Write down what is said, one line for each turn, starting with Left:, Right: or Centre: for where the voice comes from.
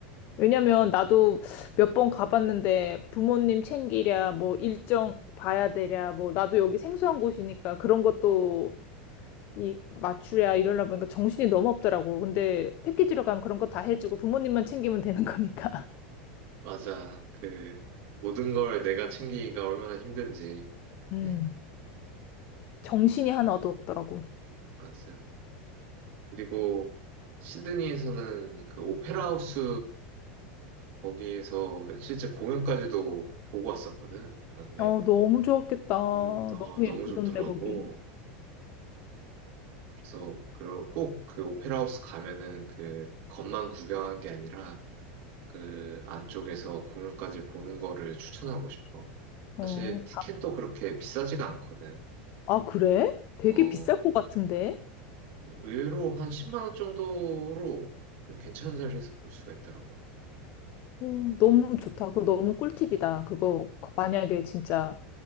Left: 왜냐면 나도 몇 번 가봤는데 부모님 챙기랴, 뭐 일정 봐야 되랴, 뭐 나도 여기 생소한 곳이니까 그런 것도 이 맞추랴 이러려 보니까 정신이 너무 없더라고. 근데 패키지로 가면 그런 거 다 해주고 부모님만 챙기면 되는 거니까.
Right: 맞아. 그, 모든 걸 내가 챙기기가 얼마나 힘든지.
Left: <laughs> 음.
Right: 네,
Left: 정신이 하나도 없더라고.
Right: 맞아요. 그리고 시드니에서는 그 오페라 하우스 거기에서 실제 공연까지도 보고 왔었거든. 그런데
Left: 어, 너무 좋았겠다. 너무
Right: 음, 어, 너무
Left: 예쁘던데,
Right: 좋더라고.
Left: 거기.
Right: 그래서 꼭 그 오페라 하우스 가면은 그 겉만 구경한 게 아니라 그 안쪽에서 공연까지 보는 거를 추천하고 싶어.
Left: 어.
Right: 사실 티켓도 그렇게 비싸지가 않거든.
Left: 아, 그래? 되게
Right: 어,
Left: 비쌀 것 같은데?
Right: 의외로 한 10만 원 정도로 꽤 괜찮은 자리에서 볼 수가 있더라고.
Left: 음, 너무 좋다. 그거 너무 꿀팁이다. 그거 만약에 진짜